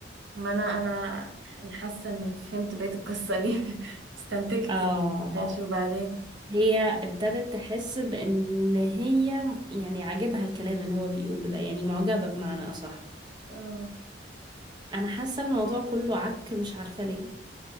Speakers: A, on the right; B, on the right.
A: ما انا انا يعني حاسه اني فهمت بقيه القصه دي <laughs> استنتجت
B: اه
A: ماشي وبعدين
B: هي ابتدت تحس بان هي يعني عاجبها الكلام اللي هو بيقوله ده يعني معجبة بمعنى اصح
A: اه
B: انا حاسة الموضوع كله عك مش عارفة ليه